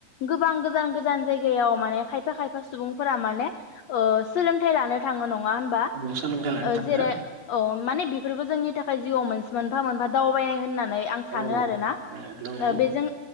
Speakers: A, on the left; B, on the right.
A: गोबां गोजान गोजान जायगायाव माने खायफा खायफा सुबुंफोरा माने ओ सोलोंथाइ लानो थाङो नङा नङा होनबा
B: औ सोलोंथाइ लानो
A: ओ
B: थांनो
A: जेरै अ माने बेफोरबो जोंनि थाखाय जिउआव मोनसे मोनफा मोनफा दावबायनाय होननानै आं सानो
B: औ
A: आरोना
B: नंगौ
A: बेजों